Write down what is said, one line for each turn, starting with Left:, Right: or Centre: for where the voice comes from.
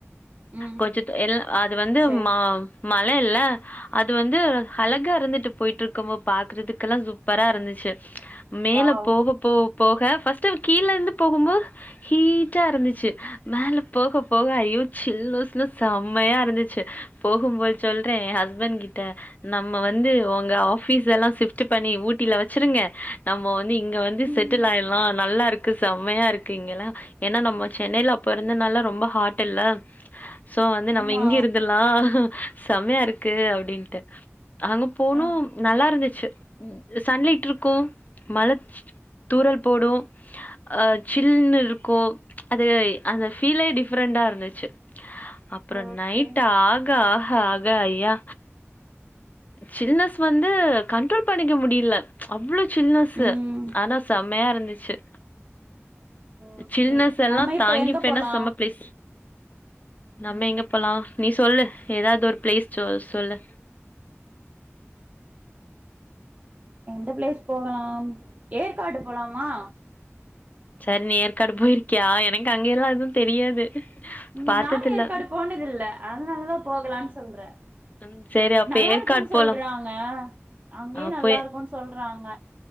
Right: ம்
Left: கொச்சித்து எல் அது வந்து
Right: சேரி
Left: மா மல இல்ல அது வந்து அழகா இருந்துட்டு போய்ட்ருக்கும்மோ பாக்கறதுக்கெல்லா சூப்பரா இருந்துச்சி மேல
Right: வாவ்
Left: போக போ போக ஃபஸ்ட் டு கீழ இருந்து போகும்போ ஹீட்டா இருந்துச்சி மேல போக போக ஐயோ சில்லுனஸ்னஸ் செமயா இருந்துச்சி போகும்போ சொல்றே எ ஹஸ்பண்ட் கிட்ட நம்ம வந்து உங்க ஆஃபீஸ் எல்லா சிஃப்ட்டு பண்ணி ஊட்டில வச்சிருங்க நம்ம வந்து இங்க வந்து
Right: ம்
Left: செட்டில் ஆயர்லா நல்லாருக்கு செம்மயாருக்கு இங்கெல்லா ஏனா நம்ம சென்னைல அப்ப இருந்தனால ரொம்ப ஹாட் இல்ல சோ வந்து நம்ம
Right: ஆமா
Left: இங்கியே இருந்தர்லா செமயா இருக்கு அப்டின்ட்டு அங்க போனோ
Right: ஆ
Left: நல்லாருந்துச்சி ம் சன்லைட்ருக்கு மழ தூறல் போடு அ சில்னு இருக்கோ அது ஏ அந்த ஃபீலே டிஃப்ரெண்ட்டா இருந்துச்சு அப்றோ
Right: ஓகே
Left: நைட்டு ஆக ஆஹ ஆக ஐயா சில்னஸ் வந்து கண்ட்ரோல் பண்ணிக்க முடியில அவ்ளோ சில்னஸ்ஸு
Right: ம்
Left: ஆனா செம்மையா இருந்துச்சி
Right: ஓகே
Left: சில்னஸ் எல்லா
Right: நம்ம இப்ப
Left: தாங்கிப்பேனா
Right: எங்க போலா
Left: செம்ம ப்ளேஸ் நம்ம
Right: ம்
Left: எங்க போலா நீ சொல்லு ஏதாவ்தொரு ப்ளேஸ் சொல் சொல்லு
Right: எந்த ப்ளேஸ் போலாம் ஏற்காடு போலாமா
Left: சரி நீ ஏற்காடு போய்ர்க்கியா எனக்கு அங்கயெல்லா எது தெரியாது
Right: ம்
Left: பாத்ததில்ல
Right: நானு ஏற்காடு போனதில்ல அதுனால் தா போகலான் சொல்றே
Left: ம் சரி அப்ப
Right: நல்லா
Left: ஏற்காடு
Right: இருக்குன்னு
Left: போலாம்
Right: சொல்றாங்க அங்யே
Left: அப்போ
Right: நல்லா இருக்குன்னு சொல்றாங்க